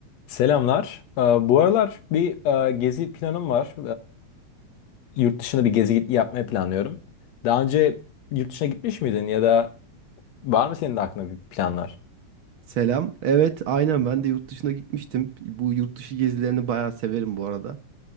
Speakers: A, on the left; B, on the right.
A: Selamlar. Ee, bu aralar bir e, gezi planım var. Ee, yurt dışına bir gezi git- yapmayı planlıyorum. Daha önce yurt dışına gitmiş miydin ya da var mı senin de aklında bir planlar?
B: Selam. Evet, aynen ben de yurt dışına gitmiştim. Bu yurt dışı gezilerini bayağı severim bu arada.